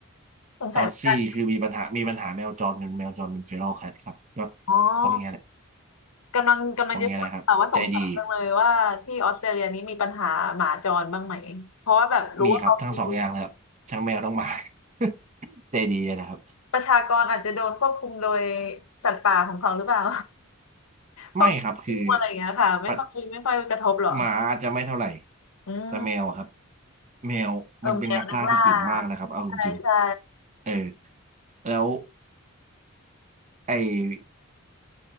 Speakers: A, on the left; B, on the right.
A: สงสัยเหมือนกัน
B: ออสซี่คือมีปัญหามีปัญหาแมวจรจนแมวจรเป็นเฟโรลแคทครับก็
A: อ๋อ
B: พวกเนี้ยแหละ
A: กำลังกำลังจะพูดค่ะว่าสงสัยจังเลยว่าที่ออสเตรเลียนี้มีปัญหาหมาจรบ้างไหมเพราะว่าแบบรู้ว่าเขาเป็น
B: พวกเนี้ยแหละครับใจดีมีครับทั้งสองอย่างเลยครับทั้งแมวทั้งหมา <laughs> ใจดีนะครับ
A: ประชากรอาจจะโดนควบคุมโดยสัตว์ป่าของเขาหรือเปล่า พวกงูอะไรอย่างเงี้ยค่ะไม่ค่อยไม่ค่อยกระทบหรอ
B: ไม่ครับคือปัดหมาอาจจะไม่เท่าไหร่
A: อืม
B: แต่แมวอะครับแมวมันเป็นนักล่าที่เก่งมากนะครับเอาจริง
A: เออแมวนักล่าใช่ใช่
B: ๆเออแล้วไอ